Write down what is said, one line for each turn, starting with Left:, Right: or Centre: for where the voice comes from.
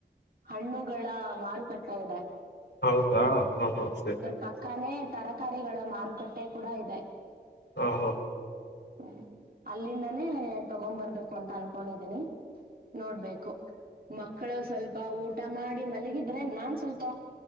Right: ಹಣ್ಣುಗಳ ಮಾರುಕಟ್ಟೆ ಇದೆ
Left: ಹೌದಾ ಹಾ ಹಾ ಸರಿ
Right: ಪಕ್ಕಾನ ತರಕಾರಿಗಳ ಮಾರುಕಟ್ಟೆ ಕೂಡ ಇದೆ
Left: ಹಾ ಹಾ
Right: ಹ್ಮ್ ಅಲ್ಲಿಂದನೇ ತಗೊ ಬರ್ಬೇಕು ಅಂತ ಅನ್ಕೊಂಡಿದ್ದೀನಿ ನೋಡ್ಬೇಕು ಮಕ್ಕಳು ಸ್ವಲ್ಪ ಊಟ ಮಾಡಿ ಮಲಗಿದ್ರೆ ನಾನ್ ಸ್ವಲ್ಪ